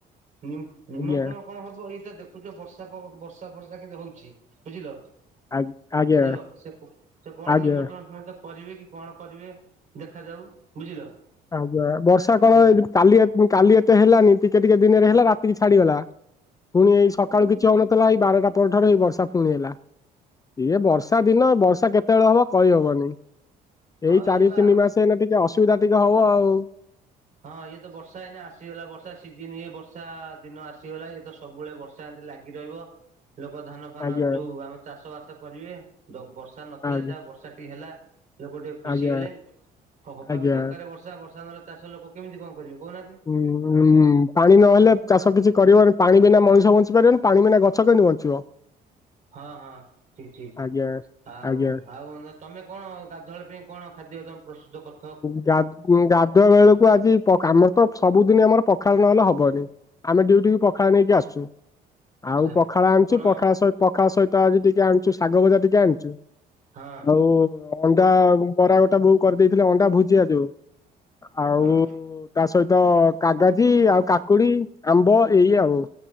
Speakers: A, on the right; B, on the left.
A: ନିମନ୍ତ୍ରଣ।
B: ଆଜ୍ଞା
A: କଣ ହବ? ଏଇ ତ ଦେଖୁଛ ବର୍ଷା ବର୍ଷା ଫର୍ଷା କେମିତି ହଉଛି ବୁଝିଲ?
B: ଆଜ୍ଞା ଆଜ୍ଞା
A: ହାଲୋ, ସେ ସେ କଣ
B: ଆଜ୍ଞା
A: ନିମନ୍ତ୍ରଣ ଫିମନ୍ତ କରିବେ କି କଣ କରିବେ ଦେଖାଯାଉ, ବୁଝିଲ?
B: ଆଜ୍ଞା, ବର୍ଷା
A: ହଁ
B: କଣ କାଲି କାଲି ଏତେ ହେଲାନି ଟିକେ ଟିକେ ଦିନରେ ହେଲା ରାତିକି ଛାଡିଗଲା। <inaudible> ପୁଣି ଏଇ ସକାଳୁ କିଛି ହଉନଥିଲା, ଏଇ ବାରଟା ପରେ ଠାରୁ ଏଇ ବର୍ଷା ପୁଣି ହେଲା ଇଏ ବର୍ଷା ବର୍ଷା ଦିନ, ବର୍ଷା କେତେବେଳେ ହବ କହିହବନି,
A: ହଁ
B: ଏଇ ଚାରି
A: ଇଏ ବା
B: ତିନି ମାସ ଏଇନା ଟିକେ ଟିକେ ଅସୁବିଧା ଟିକେ ହବ ଆଉ।
A: ହଁ ଇଏ ତ ବର୍ଷା, ହେଇନି ଆସିଗଲା ବର୍ଷା ସିଜିନ ଇଏ ବର୍ଷା ଦିନ ଆସିଗଲା ଇଏ ତ ସବୁବେଳେ ବର୍ଷା ଏମିତି ଲାଗିଲା କି ରହିବ। ଲୋକ ଧାନ ଫାନ
B: ଆଜ୍ଞା
A: ଯୋଉ ଆମେ ଚାଷ ବାସ କରିବେ, ବର୍ଷା ନଥିଲା
B: ଆଜ୍ଞା
A: ଯାହା ବର୍ଷା ଟିକେ ହେଲା। ଲୋକ ଟିକେ ଖୁସି
B: ଆଜ୍ଞା
A: ହେଲେ, ହବା
B: ଆଜ୍ଞା
A: ବି ଦରକାର ବର୍ଷା ବର୍ଷା ନହେଲେ ଚାଷ ଲୋକ କେମିତି କଣ କରିବେ କହୁନାହାନ୍ତି?
B: ହୁଁ, ପାଣି ନହେଲେ ଚାଷ କିଛି କରିବନି ପାଣି ବିନା ମଣିଷ ବଞ୍ଚି ପାରିବନି ପାଣି ବିନା ଗଛ କେମତି ବଞ୍ଚିବ?
A: ହଁ ହଁ ଠିକ୍ ଠିକ୍
B: ଆଜ୍ଞା
A: ଆଉ
B: ଆଜ୍ଞା।
A: ଆଉ ତମେ କଣ ଗାଧୁଆବେଳ ପାଇଁ କଣ ଖାଦ୍ୟ ତମେ ପ୍ରସ୍ତୁତ କ?
B: ଗା ଗାଧୁଆ ବେଳକୁ ଆଜି ପ ଆମର ତ ସବୁଦିନ ଆମର ପଖାଳ ନହେଲେ ହବନି ଆମେ ଡ୍ୟୁଟିକୁ ପଖାଳ ନେଇକି ଆସୁଚୁ
A: ଆଚ୍ଛା
B: ଆଉ ପଖାଳ ଆଣିଚୁ
A: କଣ
B: ପଖାଳ ପଖାଳ ସହିତ ଆଜି ଟିକେ ଆଣିଚୁ ଶାଗ ଭଜା ଟିକେ ଆଣିଚୁ
A: ହଁ
B: ଆଉ ଅଣ୍ଡା ବରା ଗୋଟା ବୋଉ କରିଦେଇଥିଲେ ଅଣ୍ଡା ଭୁଜିଆ ଯୋଉ ଆଉ
A: ହଁ
B: ତା ସହିତ କାଗାଜି ଆଉ କାକୁଡି ଆମ୍ବ ଏଇ ଆଉ।